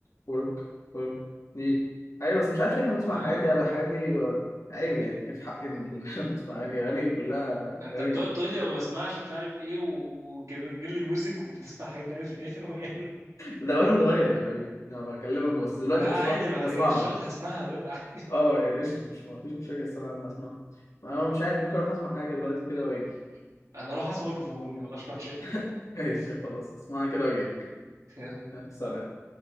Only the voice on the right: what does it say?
آه
ما أنت
بتقعد
تقول لي ما بسمعش مش عارف إيه وجيرلي ميوزك وبتسمع حاجات دي عادي في الآخر هو يعني
<laughs>
لا
عادي لو
اشتغلت هسمعها دلوقتي عادي
<laughs> أنا أروح أسمع ورك فروم هوم دي والله مش وحشة
<laughs> يلا
سلام.